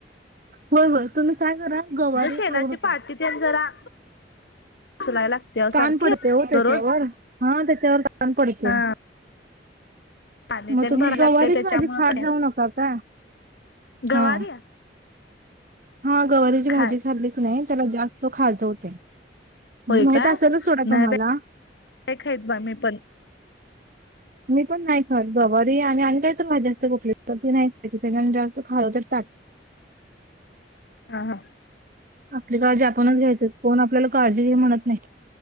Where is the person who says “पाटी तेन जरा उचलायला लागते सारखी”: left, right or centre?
Left